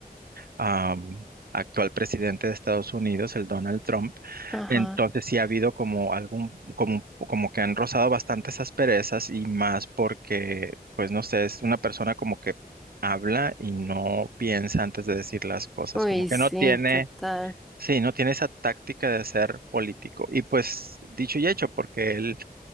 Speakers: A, on the right; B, in the centre.
A: am, actual presidente de Estados Unidos, el Donald Trump.
B: Ajá.
A: Entonces sí ha habido como algún, como, como que han rozado bastantes asperezas y más porque, pues no sé, es una persona como que habla y no piensa antes de decir las cosas,
B: Uy,
A: como que
B: sí,
A: no tiene,
B: total,
A: sí, no tiene esa táctica de ser político. Y pues dicho y hecho, porque él